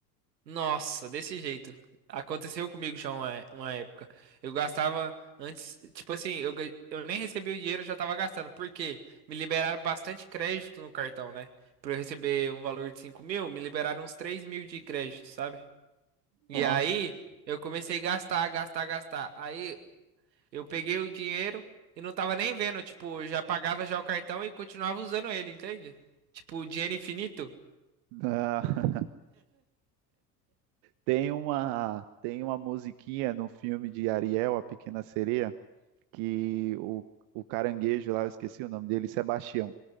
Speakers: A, on the right (about 80°); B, on the right (about 55°).
A: Nossa, desse jeito. Aconteceu comigo já uma, uma época. Eu gastava antes, tipo assim, eu, ga- eu nem recebi o dinheiro, eu já tava gastando. Por quê? Me liberaram bastante crédito no cartão, né? Pra eu receber um valor de 5 mil, me liberaram uns 3 mil de crédito, sabe? E
B: Nossa.
A: aí, eu comecei a gastar, gastar, gastar. Aí, Eu peguei o dinheiro e não tava nem vendo, tipo, eu já pagava já o cartão e continuava usando ele, entende? Tipo, dinheiro infinito.
B: Ah, tem uma, tem uma musiquinha no filme de Ariel, A Pequena Sereia, que o, o caranguejo lá, eu esqueci o nome dele, Sebastião.